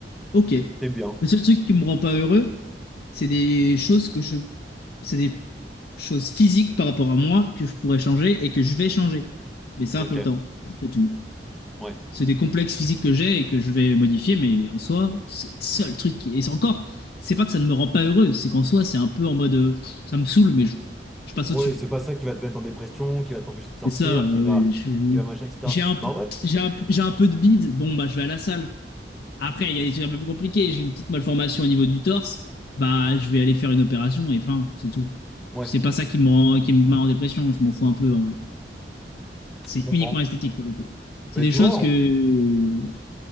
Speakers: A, on the left; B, in the centre.
A: Ok.
B: c'est bien.
A: Le seul truc qui me rend pas heureux, c'est des choses que je, c'est des choses physiques par rapport à moi que je pourrais changer et que je vais changer. Mais ça,
B: Ok,
A: faut le temps. C'est tout.
B: ouais.
A: C'est des complexes physiques que j'ai et que je vais modifier, mais en soi, c'est les seuls trucs qui. Et c'est encore, c'est pas que ça ne me rend pas heureux, c'est qu'en soi, c'est un peu en mode, euh, pff, ça me saoule, mais je, je passe
B: Oui,
A: au-dessus.
B: c'est pas ça qui va te mettre en dépression, qui va t'empêcher de sortir,
A: Et ça, euh,
B: qui va,
A: je-
B: qui va machin, etc.
A: j'ai un, p-
B: Bah ouais,
A: j'ai un, p- j'ai un peu de bide. Bon, bah, je vais à la salle. Après, il y a des trucs un peu plus compliqués. J'ai une petite malformation au niveau du torse. Bah, je vais aller faire une opération et fin, c'est tout.
B: ouais,
A: C'est pas ça qui me rend, qui me met en dépression. Je m'en fous un peu, en vrai. C'est
B: je comprends.
A: uniquement esthétique pour le coup. C'est
B: Mais
A: des
B: tu
A: choses
B: vois,
A: que,
B: on-
A: ouais.